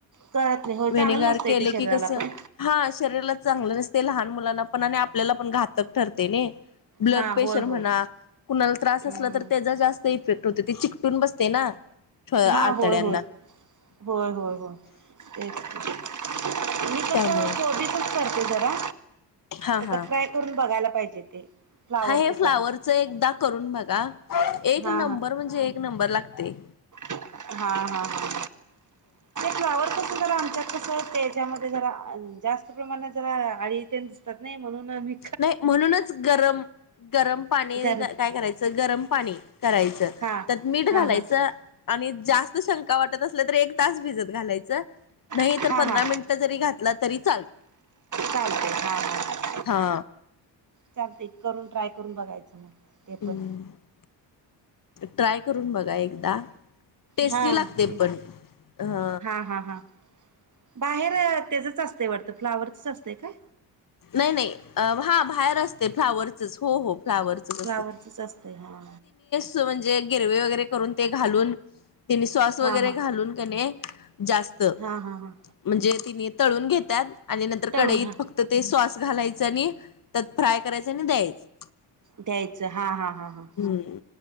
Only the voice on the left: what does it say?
व्हिनेगार
केले
की कस
हा शरीराला चांगलं नसते लहान मुलांना पण आणि आपल्याला पण घातक ठरते ना ब्लड
प्रेशर
म्हणा
कुणाला त्रास
असला तर त्याचा जास्त इफेक्ट होते ते चिकटून बसते ना आतड्यांना
त्यामुळं
हा
हा
हा हे फ्लावरच
एकदा करून बघा एक
नंबर म्हणजे एक नंबर लागते.
नाही म्हणूनच गरम, गरम पाणीनी
काय करायचं गरम पाणी करायचं
त्यात मीठ घालायचं
आणि जास्त शंका वाटत असल्या तर एक तास भिजत घालायचं नाही
तर पंधरा
मिनटं जरी घातलं तरी चालत
हा
हम्म
ट्राय करून बघा एकदा टेस्टी
लागते
पण हा
नाही नाही हा बाहेर असते फ्लावरचच हो हो फ्लावरचच
असतंय
म्हणजे गिरवे वगैरे करून ते घालून त्या सॉस वगैरे
घालून की नाही जास्त
म्हणजे तिने तळून घेतात आणि नंतर
कडईत
फक्त ते सॉस घालायचं आणि त्यात फ्राय करायचं आणि द्यायचं
हम्म.